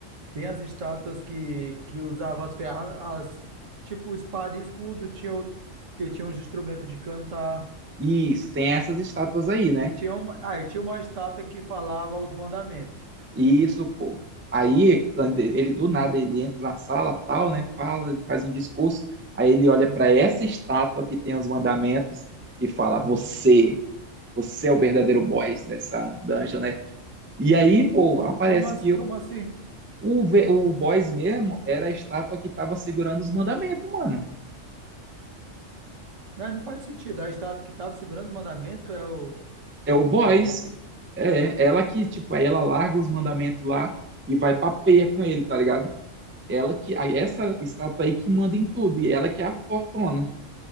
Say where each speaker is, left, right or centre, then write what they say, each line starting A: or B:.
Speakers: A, on the right (about 70°); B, on the right (about 20°).
A: Tem as estátuas que, que usava as ferras. Tipo espada e escudo. Tinha outro, que tinha uns instrumentos de cantar.
B: Isso, tem essas estátuas aí, né?
A: E tinha uma, ah, e tinha uma estátua que falava os mandamentos.
B: Isso, pô. Aí, quando ele do nada, ele entra na sala, tal, né? Fala, faz um discurso. Aí ele olha
A: Uhum.
B: para essa estátua que tem os mandamentos e fala:
A: Uhum.
B: Você, você é o verdadeiro boss dessa dungeon, né? E aí, pô,
A: Como,
B: aparece
A: como, as-
B: que
A: como assim?
B: o, ve- o boss mesmo era a estátua que tava segurando os mandamentos, mano.
A: Não, não faz sentido. A estátua que estava segurando os mandamentos é o,
B: É o boss.
A: é o boi?
B: É, ela que, tipo, aí ela larga os mandamentos lá e vai pra peia com ele, tá ligado? Ela que, aí essa estátua aí que manda em tudo, e ela que é a fortuna.